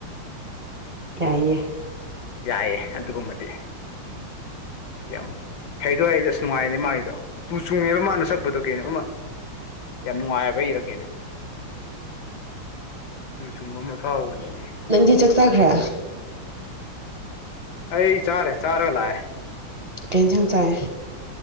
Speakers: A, on the right; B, on the left.
A: ꯌꯥꯏꯌꯦꯦ
B: ꯌꯥꯏꯌꯦꯦ ꯑꯗꯨꯒꯨꯝꯕꯗꯤ ꯌꯥꯝ ꯍꯩꯔꯣꯏ ꯍ ꯑꯁ ꯅꯨꯡꯉꯥꯏꯅꯦ ꯃꯥꯒꯤꯗꯣ ꯇꯨ ꯆꯨꯡꯉꯦꯕ ꯃꯥꯅ ꯁꯛꯄꯗꯨ ꯀꯩꯅꯣ ꯑꯃ ꯌꯥꯝ ꯅꯨꯡꯉꯥꯏꯕ ꯏꯔꯛꯀꯦꯅꯣ ꯑꯗꯨꯨ ꯁꯨꯡꯕ ꯑꯃ ꯐꯥꯎꯕꯅꯤꯅꯦ
A: ꯅꯪꯗꯤ ꯆꯥꯛ ꯆꯈ꯭ꯔꯦ
B: ꯑꯩ ꯆꯥꯔꯦ ꯆꯥꯔ ꯂꯥꯛꯑꯦ
A: ꯀ ꯀꯦꯟꯁꯪ ꯆꯥꯏꯦ